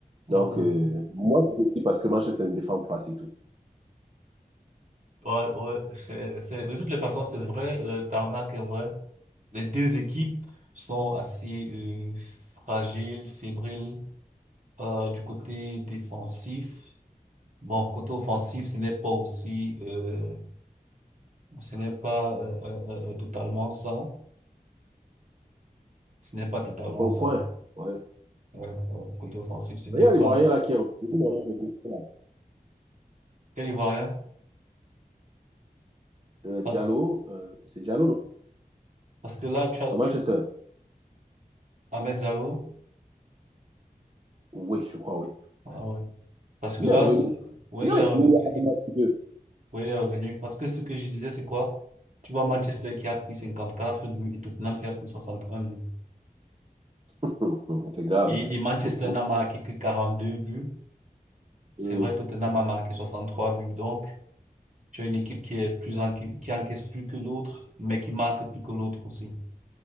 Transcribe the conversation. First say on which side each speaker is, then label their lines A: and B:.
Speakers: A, on the right (about 55°); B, on the right (about 35°).
A: Mhm.
B: Donc, euh, moi, je le dis parce que Manchester ne défend pas, c'est tout.
A: Ouais, ouais, c'est, c'est, de toutes les façons, c'est vrai, euh, le tarmac est vrai. Les deux équipes sont assez euh, fragiles, fébriles euh, du côté défensif. Bon, côté offensif, ce n'est pas aussi, euh, ce n'est pas euh, euh, euh, euh, totalement ça. Ce n'est pas totalement
B: C'est pas au
A: ça.
B: point. Ouais.
A: Ouais, ouais, côté offensif, ce n'est
B: Mais Il y
A: pas.
B: a l'Ivoirien là qui est revenu, hein, le gars, là.
A: Quel Ivoirien?
B: Euh,
A: Parce,
B: Diallo, euh, c'est Diallo, non?
A: parce que là, tu, as-
B: À Manchester.
A: tu, Ahmed Diallo,
B: Oui, je crois, oui.
A: ah ouais. Parce que
B: Il
A: là,
B: est revenu.
A: c'est- ouais,
B: Il est
A: il
B: revenu
A: est revenu.
B: il y a un match ou deux.
A: Oui, il est revenu. Parce que ce que je disais, c'est quoi? Tu vois Manchester qui a pris 54 buts et Tottenham qui a pris 61 buts.
B: <laughs> C'est grave,
A: Et, et Manchester
B: hein? <laughs>
A: n'a marqué que 42 buts. C'est
B: Oui,
A: vrai, Tottenham a marqué 63 buts. Donc, tu as une équipe qui est plus en, qui, qui encaisse plus que l'autre, mais qui marque plus que l'autre aussi.